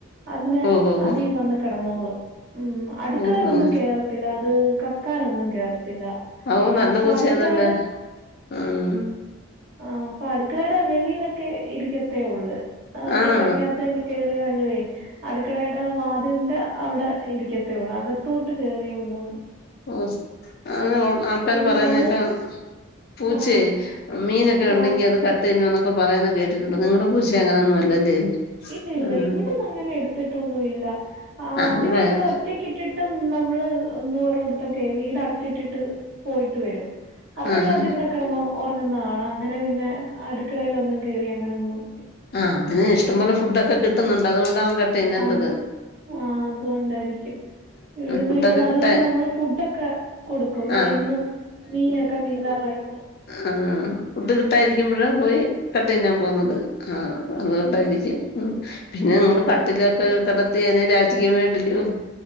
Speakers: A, on the right; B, on the left.
A: അതിന്
B: ഓഹോ ഹോ
A: അതീ വന്ന് കെടന്നോളും അട്ക്കളേലൊന്നും
B: ഓ അങ്ങനെ
A: കേറത്തില്ല അത് കക്കാനൊന്നും കേറത്തില്ല
B: ആവു
A: ആഹ്
B: നല്ല
A: അപ്പൊ
B: പൂച്ചയാന്നല്ലാ
A: അടുക്കളയുടെ
B: ആഹ്
A: ഓഹ് അപ്പഅട്ക്കളേടെ വെളിയിലൊക്കെ ഇരിക്കത്തേ ഒള്ള് അഒക്കെ
B: ആണോ
A: പെരക്കാത്തന്നെ കേറിയാല്ലൊയ് അട്ക്കളേയ്ടെ വാതിൽന്റെ അവിടെ ഇരിക്കത്തേഒള്ള് അകത്തോട്ട് കേറിഒന്നും
B: ഓസ് അങ്ങനെ പ്പൊആൾക്കാര്
A: പിന്നെ
B: പറയ്ന്ന്
A: നമ്മള്
B: കേക്കാം പൂച്ചേ
A: ആഹ്
B: മീനൊക്കെ ഉണ്ടെങ്കി
A: ആഹ്
B: അത് കട്ട് തിന്നുംന്നൊക്കെ പറയുന്ന് കേട്ടിട്ടുണ്ട് നിങ്ങടെ പൂച്ച അങ്ങനെഒന്നും അല്ലല്ലേ
A: ഇല്ല ഇല്ല
B: ഉം
A: ഇവിട്ന്നങ്ങനെ എട്ത്തിട്ടൊന്നു ഇല്ല അപ്പ
B: അത്
A: അതിനെ
B: വേറെ
A: ഇവടെ ഒറ്റക്കിട്ട് ട്ടും നമ്മള് എന്ത് ഒരോട്ത്തൊക്കെയ് വീട് അടച്ചിട്ടിട്ട് പോയിട്ട് വെരും അപ്പഴും
B: ആഹാ
A: അത് ഇവ്ടെ കെടന്ന് ഒറങ്ങുന്നകാണാം അങ്ങനെ പിന്നെ അട്ക്കളയിലൊന്നും കേറി അങ്ങനെഒന്നും
B: ആഹ് അതിന് ഇഷ്ടംപോലെ ഫുഡൊക്കെ കിട്ടുന്നുണ്ട് അതുകൊണ്ടാവും കട്ട് തിന്നാത്തത്
A: ആഹ് ആഹ് അതുകൊണ്ടായിരിക്കും ഇവിടുന്ന്
B: ഫുഡൊക്കെ
A: പിന്നെ നല്ല
B: കിട്ടാ
A: നല്ല നമ്മള് ഫുഡൊക്കെ കൊടുക്കും പിന്നെ
B: ആ
A: എന്നും മീനൊക്കെ മീൻകാർടെകയ്യിന്ന്
B: ആഹ് ഫുഡ് കിട്ടായിരിക്കുമ്പഴാ പോയി കട്ട് തിന്നാൻ പോവുന്നത് ആഹ് അതുകൊണ്ടായിരിക്കും ഉം പിന്നെ നിങ്ങള് കട്ടിൽലൊക്കെ കെട ത്തി അയ്നെ രാജകീയമായിട്ടല്ല്യോ